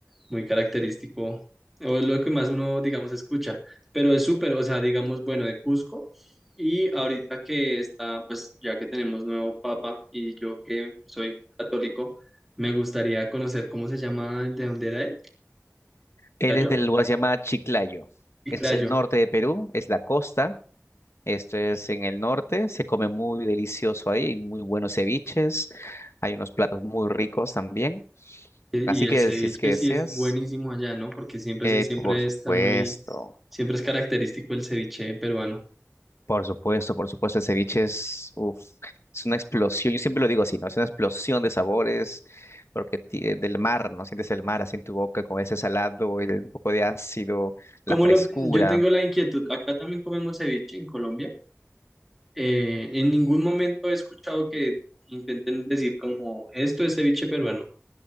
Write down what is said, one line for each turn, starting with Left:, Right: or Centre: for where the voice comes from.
Centre: muy característico, o es lo que más uno, digamos, escucha. Pero es súper, o sea, digamos, bueno, de Cusco. Y ahorita que está, pues ya que tenemos nuevo papa y yo que soy católico, me gustaría conocer cómo se llama, el de dónde era él.
Left: Él
Centre: ¿Chiclayo?
Left: es del lugar que se llama Chiclayo.
Centre: Chiclayo.
Left: Es el norte de Perú, es la costa. Esto es en el norte, se come muy delicioso ahí, hay muy buenos ceviches, hay unos platos muy ricos también.
Centre: Y
Left: Así
Centre: y el
Left: que
Centre: ceviche
Left: si es que deseas,
Centre: sí es buenísimo allá, ¿no? Porque siempre,
Left: eh,
Centre: se- siempre
Left: por supuesto,
Centre: está muy, siempre es característico el ceviche peruano.
Left: por supuesto, por supuesto, el ceviche es, uf, es una explosión, yo siempre lo digo así, ¿no? Es una explosión de sabores, porque ti- eh, del mar, ¿no? Sientes el mar así en tu boca con ese salado, el, un poco de ácido,
Centre: Como
Left: la frescura,
Centre: lo, yo tengo la inquietud, acá también comemos ceviche en Colombia. Eh, en ningún momento he escuchado que intenten decir como esto es ceviche peruano.